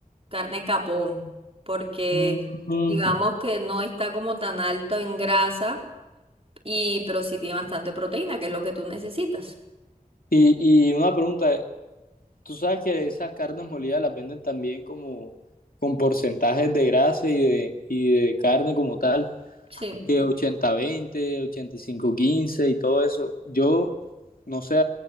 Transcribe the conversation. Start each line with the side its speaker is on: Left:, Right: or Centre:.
Right: carne capón, porque
Left: Mm,
Right: digamos que no está como tan alto en grasa, y, pero sí tiene bastante proteína, que es lo que tú necesitas.
Left: Y, y una pregunta, tú sabes que esas carnes molidas las venden también como con porcentajes de grasa y de, y de carne como tal.
Right: Sí.
Left: que ochenta veinte ochenta y cinco quince y todo eso. Yo, no sé,